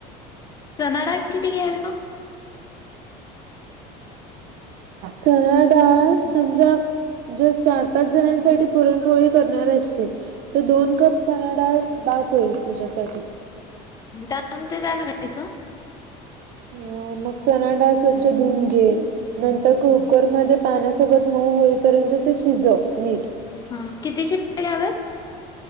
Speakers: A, on the left; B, on the right.
A: चणाडाळ किती घ्यावी मग?
B: चनाडाळ. समजा, जर चार -पाच जणांसाठी पुरणपोळ्या करणार असशील. तर दोन कप चणा डाळ बास होईल तुझ्यासाठी.
A: त्या नंतर काय करायचं?
B: हं मग चनाडाळ स्वच्छ धुऊून घे. नंतर कुकरमध्ये पाण्यासोबत मऊ होईपर्यंत ते शिजव नीट.
A: हा किती शिट्ट्या घ्याव्यात?